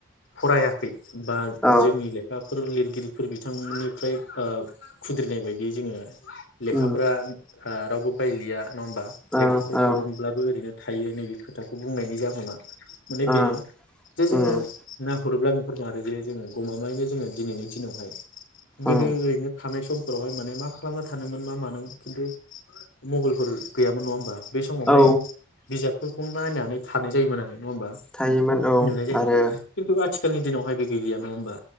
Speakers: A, on the left (about 65°); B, in the centre.
A: फरायाखै बा
B: औ
A: जोंनि लेखा फोर लिरगिरिफोर बिथांमोननिफ्राय ओ खुद्रिनाय बायदियै जोंङो लेखाफ्रा
B: उम
A: आ रावबो बायलिया नंङा होमबा लेखाफोर
B: औ औ
A: <unintelligible> ब्लाबो ओरैनो थायो नैबे खोथाखौ बुंनायनि जाहोनाव माने बेनो
B: औ
A: जे जोंङो
B: उम
A: नों गुरोब्ला नफोर मारो जे जोंङो गमामायैनो जोंङो दिनैनि दिनावहाय गोदो
B: उम
A: ओरैनो थानाय सम फोरावहाय माने मा खालामना थानोमोन मा मानोमोन खिन्थु मबाइलफोर गैयामोन नंङा होनोमबा बे समावहाय
B: औ
A: बिजाब फोरखौ नायनानै थानाय जायोमोन आरो नङा होमबा
B: थायोमोन औ
A: नुनाय जायोमन
B: आरो
A: खिन्थु आथ सोलनि दिनावहाय बो गैया नंङा होनबा।